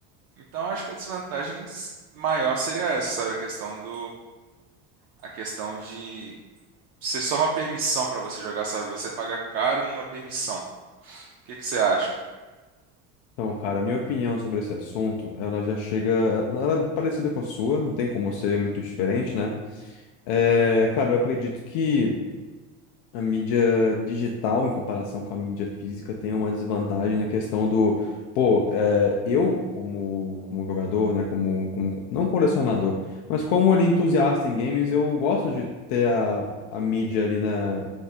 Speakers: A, on the right; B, on the left.
A: Então acho que a desvantagem s- maior seria essa, sabe? A questão do. A questão de ser só uma permissão pra você jogar, sabe? Você paga caro numa permissão. O que que você acha?
B: Então, cara, minha opinião sobre esse assunto, ela já chega. Ela é parecida com a sua, não tem como ser muito diferente, né? É,
A: Uhum.
B: cara, eu acredito que a mídia digital, em comparação com a mídia física, tem uma desvantagem na questão do. Pô, é, eu, como, como jogador, né? Como, como. Não colecionador, mas como ali entusiasta em games, eu gosto de ter a, a mídia ali, né?